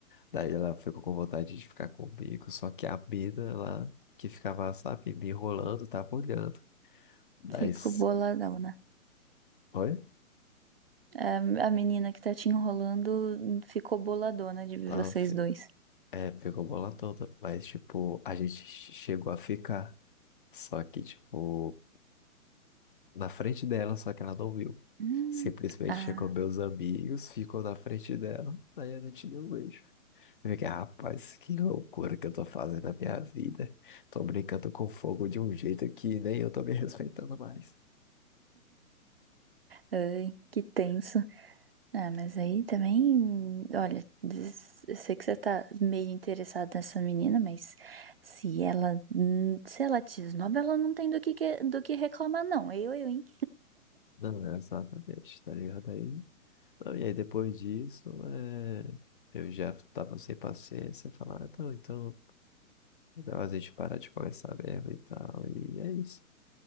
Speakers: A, on the left; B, on the right.
A: Daí ela ficou com vontade de ficar comigo, só que a mina lá que ficava, sabe, me enrolando, tava olhando. Daí.
B: ficou
A: s-
B: boladão, né?
A: Oi?
B: É, a menina que tá te enrolando ficou boladona de ver
A: Tá,
B: vocês
A: fi-
B: dois.
A: é, pegou bola toda. Mas, tipo, a gente che- chegou a ficar. Só que, tipo, na frente dela, só que ela não viu.
B: Hum.
A: Simplesmente
B: Ah,
A: chegou meus amigos, ficou na frente dela. Daí a gente deu um beijo. Eu Fiquei, rapaz, que loucura que eu tô fazendo na minha vida. Tô brincando com fogo de um jeito que nem eu tô me respeitando mais.
B: ai, que tenso. Ah, mas aí também, olha, des- eu sei que você tá meio interessado nessa menina, mas se ela, hum, se ela te esnoba, ela não tem do que, que- do que reclamar, não. Eu, eu, hein?
A: Não, é exatamente, tá ligado aí? Não, e aí depois disso, é, eu já tava sem paciência, falar, "Ah, então, então, melhor a gente parar de conversar mesmo e tal, e é isso.